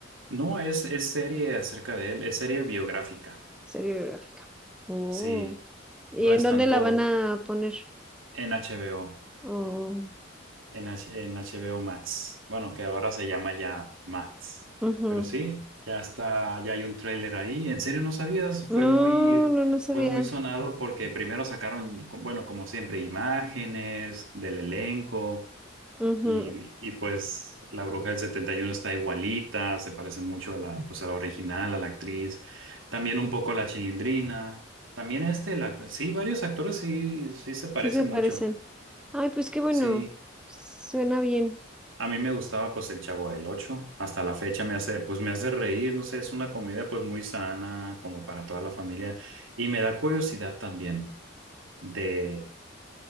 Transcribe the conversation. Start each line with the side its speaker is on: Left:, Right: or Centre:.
Right: No, es, es serie acerca de él, es serie biográfica.
Centre: serie biográfica. Oh.
Right: Sí.
Centre: ¿Y
Right: No
Centre: en
Right: es
Centre: dónde
Right: tanto
Centre: la van a poner?
Right: en HBO,
Centre: Oh.
Right: en, H- en HBO Max. Bueno, que ahora se llama ya Max.
Centre: Ujú.
Right: Pero sí, ya está, ya hay un tráiler ahí. ¿En serio no sabías?
Centre: No,
Right: Fue muy,
Centre: no, no sabía.
Right: fue muy sonado porque primero sacaron, co- bueno, como siempre, imágenes del elenco.
Centre: Ujú.
Right: Y, y pues la bruja del 71 está igualita, se parece mucho a la, pues a la original, a la actriz. También un poco a la Chilindrina. También este, la- sí, varios actores sí, sí se parecen
Centre: Sí se parecen.
Right: mucho.
Centre: Ay, pues qué bueno.
Right: Sí,
Centre: Suena bien.
Right: a mí me gustaba pues el Chavo del Ocho, hasta la fecha me hace pues me hace reír, no sé, es una comedia pues muy sana como para toda la familia y me da curiosidad también de